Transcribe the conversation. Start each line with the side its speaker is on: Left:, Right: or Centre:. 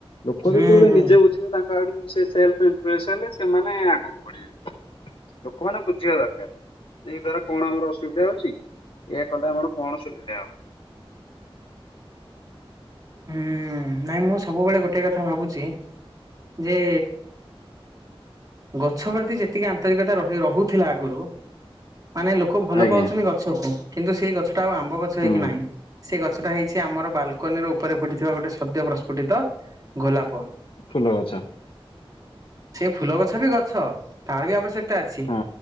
Left: ଲୋକ
Right: ହୁଁ
Left: ଯେତେବେଳେ
Right: ହୁଁ
Left: ନିଜେ ବୁଝିବେ ତାଙ୍କ ଆଡୁ ସେ ସେଲଇନଫଏସ ହେଲେ ସେମାନେ ଆଗକୁ ବଢିବେ। କୋଉମାନେ ବୁଝିବା ଦରକାର। ଯେ ଏଇ ଦଵାରା କଣ ଆମର ଅସୁବିଧା ହଉଛି ଏହାୟ କଲେ ଆମର କଣ ସୁବିଧା ହବ।
Right: ହଁ ନାଇଁ ମୁଁ ସବୁବେଳେ ଗୋଟେ କଥା ଭାବୁଛି ଯେ ଗଛ ପ୍ରତି ଯେତିକି ଆନ୍ତରିକତା ରହି ରହୁଥିଲା ଆଗରୁ ମାନେ ଲୋକ ଭଲ
Left: ଆଜ୍ଞା
Right: ପାଉଛନ୍ତି ଗ ଗଛକୁ କିନ୍ତୁ ସେଇ ଗଛଟା ଆଉ ଆମ୍ବ ଗଛ ହେଇକି
Left: ହୁଁ
Right: ନାହିଁ। ସେ ଗଛଟା ହେଇଛି ଆମର ବାଲକନି ର ଉପରେ ଫୁଟିଥିବା ଗୋଟେ ସଦ୍ୟ ପ୍ରସ୍ଫୁଟିତ ଗୋଲାପ।
Left: ଫୁଲ ଗଛ।
Right: ସେଇ ଫୁଲ ଗଛ ବି ଗଛ ତାର ବି ଆବଶ୍ୟକତା ଅଛି
Left: ହଁ